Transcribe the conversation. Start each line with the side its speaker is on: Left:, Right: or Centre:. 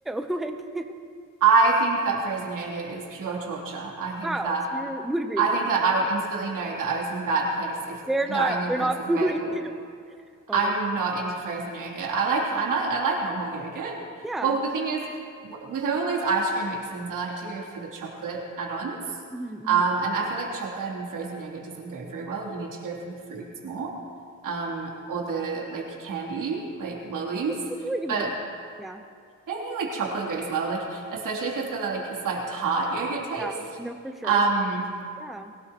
Centre: about you? <laughs> Like,
Right: I think that frozen yogurt is pure torture. I think
Centre: wow,
Right: that
Centre: so you're, you would agree.
Right: I think
Centre: Yeah.
Right: that I would instantly know that I was in the bad place if
Centre: They're
Right: the
Centre: not
Right: only
Centre: they're
Right: place
Centre: not
Right: is
Centre: <laughs> fooling
Right: available.
Centre: you. Oh
Right: I'm
Centre: my God.
Right: not into frozen yogurt. I like I like, I like normal yogurt.
Centre: Yeah.
Right: Well, the thing is, w- with all those ice cream mix-ins, I like to go for the chocolate add-ons.
Centre: hmm
Right: Um, and I feel like chocolate and frozen yogurt doesn't go very well. You need to go for the fruits more, um, or the like candy, like lollies.
Centre: I see what you
Right: But
Centre: mean. I- Yeah.
Right: I don't think like chocolate goes well, like especially if it's got that like a slight tart yogurt taste.
Centre: Yeah. No, for sure.
Right: Um,
Centre: I s- yeah.